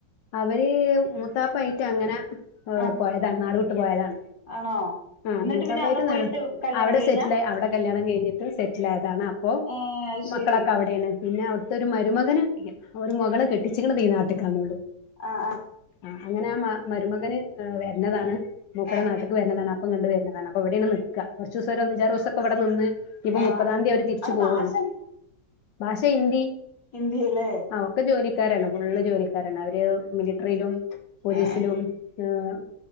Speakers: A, on the left; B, on the left.
A: അവര് മൂത്താപ്പായിട്ട് അങ്ങനെ
B: ആഹ്
A: പോയതാണ് നാടു വിട്ട് പോയതാണ്.
B: ആണോ
A: ആഹ്
B: എന്നിട്ട്
A: മുത്താപ്പായിട്ടും
B: പിന്നെ അവിടെ പോയിട്ട്
A: നാട്
B: കല്യാണം
A: അവിടെ
B: കഴിഞ്ഞാ
A: സെറ്റില് ആയി അവിടെ കല്യാണം കഴിഞ്ഞും. സെറ്റിലായതാണ് അപ്പൊ
B: ഏഹ് അത്
A: മക്കളൊക്കെ
B: ശരി
A: അ അവിടെ ആണ് പിന്നെ അവിടുത്തെ ഒരു മരുമകന് ഒരു മുകളെ കെട്ടിച്ചിക്കണത് ഈ നാട്ടക്കാന്നൊള്ളു.
B: ആഹ് ആഹ്.
A: ആഹ് അങ്ങനെ ആഹ് മ മരുമകന് വരുന്നതാണ് മൂപ്പരെ
B: ആഹ്
A: നാട്ട്ക്ക് വരുന്നതാണ് അ പ്പൊ ഇങ്ങട്ട് വരുന്നതാണ് അപ്പൊ ഇവിടെയാണ് നിക്ക കുറച്ചു ദിവസം ഒരു അഞ്ചാറ് ദിവസൊക്കെ ഇവിടെ നിന്ന്. ഇപ്പൊ
B: ആഹ്
A: മുപ്പതാം തീ അവര് തിരിച്ചു
B: അവിടെ
A: പോവുവാണ്
B: ഭാഷ
A: ഭാഷ ഹിന്ദി.
B: ഹിന്ദി അല്ലേ.
A: ആഹ് ഒക്കെ ജോലിക്കാരാണ് ഫുള്ള് ജോലിക്കാരാണ് അവര് മിലിറ്ററിയിലും. പോലീസിലും
B: ആഹ്
A: ഏഹ്.